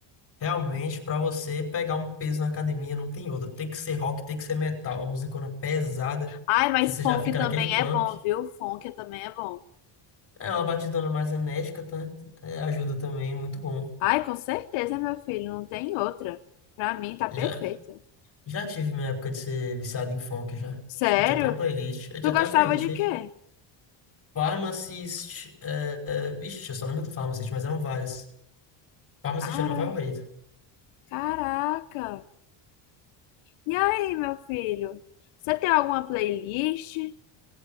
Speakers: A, on the left; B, on the left.
A: Realmente, pra você pegar um peso na academia, não tem outra. Tem que ser rock, tem que ser metal, uma musicona pesada,
B: Ai, mas
A: que você
B: funk
A: já fica
B: também
A: naquele pump.
B: é bom, viu? Funk também é bom.
A: É uma batidona mais enérgica, tá? É, ajuda também, muito bom.
B: Ai, com certeza, meu filho, não tem outra. Pra mim tá perfeito.
A: Já, já tive minha época de ser viciado em funk já.
B: Sério?
A: Eu tinha até uma playlist, eu tinha
B: Tu
A: até
B: gostava
A: uma playlist
B: de
A: aí.
B: quê?
A: de Pharmacist, é, é, vixe, eu só lembro do Pharmacist, mas eram várias. Pharmacist
B: Cara,
A: era meu favorito.
B: caraca. E aí, meu filho? Você tem alguma playlist?